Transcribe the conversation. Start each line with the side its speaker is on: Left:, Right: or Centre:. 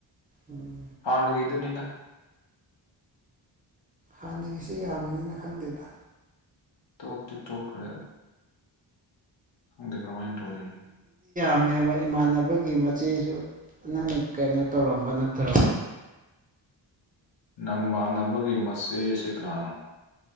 Right: ꯎꯝ
Left: ꯍꯥꯥꯎꯅꯒ ꯏꯗꯨꯅꯤꯅ
Right: ꯍꯥꯟꯅꯒꯤꯁꯤ ꯌꯥꯝꯃꯅꯤꯅ ꯈꯪꯗꯦꯗ
Left: ꯇꯣꯛꯛꯇ ꯇꯣꯛꯈꯔꯦ ꯇꯪꯗꯔꯣꯃꯥꯏꯟ ꯇꯧꯂꯅꯤ
Right: ꯄꯝꯃꯦꯕ ꯏꯃꯥꯟꯅꯕꯒꯤ ꯃꯆꯦꯁꯨ ꯅꯪ ꯀꯩꯅꯣ ꯇꯧꯔꯝꯕ ꯅꯠꯇ꯭ꯔꯣ
Left: ꯅꯃ ꯅꯕꯒꯤ ꯃꯁꯦ ꯁꯤ ꯀꯅꯥꯅꯨ